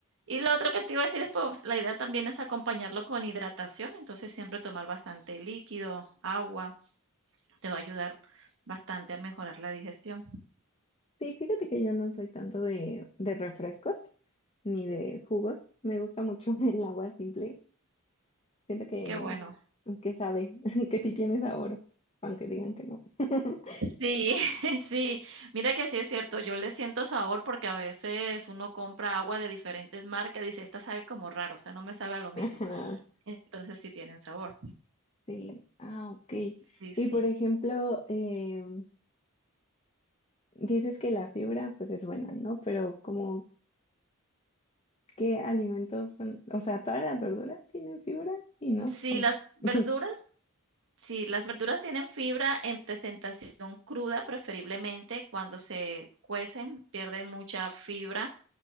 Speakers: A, on the right; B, on the left.
A: Y lo otro que te iba a decir es, pues, la idea también es acompañarlo con hidratación. Entonces siempre tomar bastante líquido, agua, te va a ayudar bastante a mejorar la digestión.
B: Sí, fíjate que yo no soy tanto de, de refrescos ni de jugos. Me gusta mucho <laughs> el agua simple. Siento que,
A: Qué bueno.
B: que sabe, <laughs> que sí tiene sabor, aunque digan que no. <laughs>
A: Sí, <laughs> sí. Mira que sí es cierto, yo le siento sabor porque a veces uno compra agua de diferentes marcas, dice, esta sabe como raro, esta no me sabe a lo mismo.
B: Ajá.
A: Entonces sí tienen sabor.
B: Sí, ah, ok.
A: Sí,
B: Y
A: sí.
B: por ejemplo, em, dices que la fibra pues es buena, ¿no? Pero como, ¿qué alimentos son? O sea, ¿todas las verduras tienen fibra? Sí, no,
A: Sí,
B: supongo.
A: las verduras,
B: <laughs>
A: sí, las verduras tienen fibra en presentación cruda, preferiblemente cuando se cuecen, pierden mucha fibra.